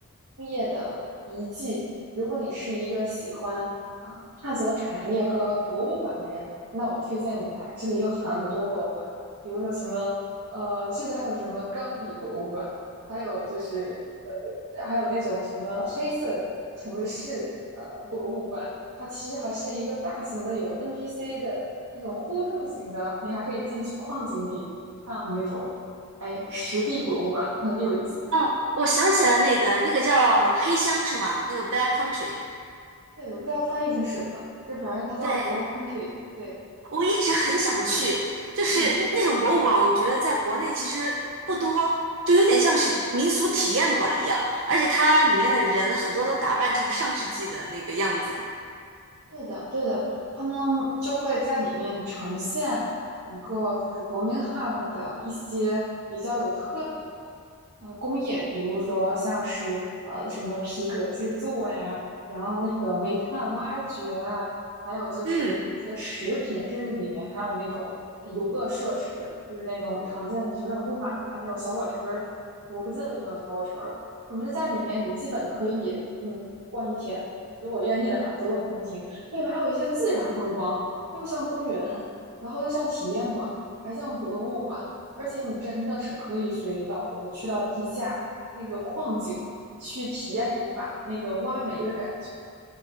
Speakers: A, on the right (about 80°); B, on the right (about 55°).
A: 工业的遗迹。如果你是一个喜欢啊探索产业和博物馆的人，那我推荐你来，这里有很多博物馆，比如说什么，呃，甚至还有什么钢笔博物馆，还有就是呃，还有那种什么黑色城市呃博物馆，它其实还是一个大型的有 NPC 的那种互动型的，你还可以进去矿井里看的那种，哎，实地博物馆很有意思。
B: 哦，我想起了那个，那个叫黑乡是吗？那个 Black Country，
A: 对，我不知道翻译成什么，就反正它叫
B: 对，
A: Black Country。对，
B: 我一直很想去，就是那那种博物馆，
A: 嗯。
B: 我觉得在国内其实不多，就有点像是民俗体验馆一样，而且它里面的人很多都打扮成上世纪的那个样子。
A: 对的，对的，他们就会在里面呈现整个就是伯明翰的一些比较有特点。呃工业，比如说像是呃什么皮革制作呀，然后那个煤炭挖掘啊，还有就是一些食品，
B: 嗯，
A: 甚至里面还有那种呃游乐设施，就是那种常见的旋转木马啊这种小火车儿我不记得有没有小火车了。总之在里面你基本可以嗯逛一天，如果愿意的话，走走停停。这里边还有一些自然风光，又像公园，然后又像体验馆，还像博物馆。而且你真的是可以随导游去到地下那个矿井去体验一把那个挖煤的感觉。